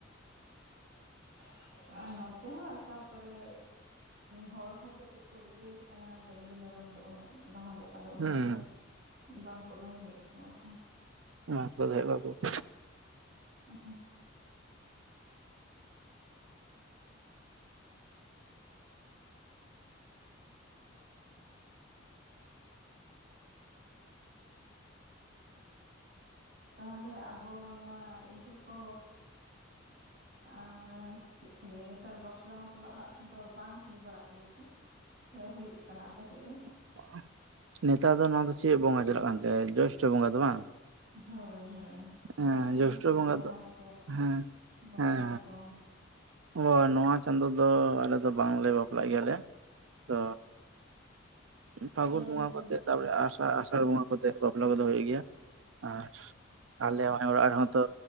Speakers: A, on the right (about 80°); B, on the right (about 50°).
A: <unintelligible>
B: <inaudible> ᱱᱚᱛᱮ ᱦᱚᱸ ᱛᱟᱨᱯᱚᱨᱮ ᱦᱚᱲ ᱦᱚᱸ ᱠᱟᱹᱴᱤᱡ ᱠᱚ ᱤᱡᱟᱹᱪ ᱠᱟᱱᱟ ᱰᱟᱝᱨᱤ ᱢᱮᱨᱚᱢ ᱫᱚ ᱩᱱᱟᱹᱜ ᱞᱟᱦᱟ ᱞᱮᱠᱟ ᱟᱫᱚ ᱩᱱᱟᱹᱜ
A: ᱦᱩᱸ
B: ᱫᱚ ᱵᱟᱝ ᱠᱚ ᱫᱚᱦᱚᱭᱮᱫ ᱠᱚᱣᱟ ᱠᱚ
A: ᱚᱱᱟ ᱠᱚ ᱫᱷᱮᱵᱟ ᱠᱚ <inaudible>
B: ᱚ ᱛᱟᱦᱚᱞᱮ ᱟᱵᱚ ᱱᱚᱣᱟ ᱤᱭᱟᱹ ᱠᱚ ᱟᱨ ᱪᱮᱫ ᱠᱚ ᱞᱟᱹᱭᱟ ᱱᱮᱛᱟᱨ ᱵᱟᱯᱞᱟ ᱵᱟᱯᱞᱟ ᱚᱲᱟᱜ ᱠᱚᱫᱚ ᱵᱟᱝ ᱦᱩᱭ ᱵᱟᱲᱟᱜ ᱜᱮᱭᱟ ᱥᱮ ᱥᱮ ᱦᱩᱭᱩᱜ ᱠᱟᱱᱟ ᱟᱯᱮ ᱥᱮᱫ ᱨᱮ
A: <inaudible> ᱱᱮᱛᱟᱨ ᱫᱚ ᱱᱚᱣᱟ ᱫᱚ ᱪᱮᱫ ᱵᱚᱸᱜᱟ ᱪᱟᱞᱟᱜ ᱠᱟᱱᱛᱮ ᱡᱳᱥᱴᱚ ᱵᱚᱸᱜᱟ ᱫᱚ ᱵᱟᱝ
B: ᱦᱳᱭ ᱦᱳᱭ
A: ᱦᱮᱸ
B: ᱥᱟᱨ ᱥᱟᱹᱜᱩᱱ
A: ᱡᱳᱥᱴᱚ
B: ᱠᱚ
A: ᱵᱚᱸᱜᱟ
B: ᱡᱟᱦᱟᱸᱭ
A: ᱫᱚ
B: ᱠᱚ
A: ᱦᱮᱸ
B: ᱵᱟᱯᱞᱟ
A: ᱦᱮᱸ
B: ᱠᱚ
A: ᱚ ᱱᱚᱣᱟ ᱪᱟᱸᱫᱳ ᱫᱚ ᱟᱞᱮ ᱫᱚ ᱵᱟᱝᱞᱮ ᱵᱟᱯᱞᱟᱜ ᱜᱮᱭᱟᱞᱮ ᱛᱚ ᱯᱷᱟᱹᱜᱩᱱ
B: ᱧᱮᱞ
A: ᱵᱚᱸᱜᱟ
B: ᱧᱮᱯᱮᱞ
A: ᱠᱟᱛᱮ
B: ᱠᱚ
A: ᱛᱟᱯᱚᱨᱮ ᱟᱥᱟᱲ ᱟᱥᱟᱲ ᱵᱚᱸᱜᱟ ᱚᱱᱛᱮ ᱵᱟᱯᱞᱟ ᱠᱚᱫᱚ ᱦᱩᱭᱩᱜ ᱜᱮᱭᱟ ᱟᱨ ᱟᱞᱮ ᱣᱟᱜ ᱚᱲᱟᱜ ᱨᱮᱦᱚᱸ ᱛᱚ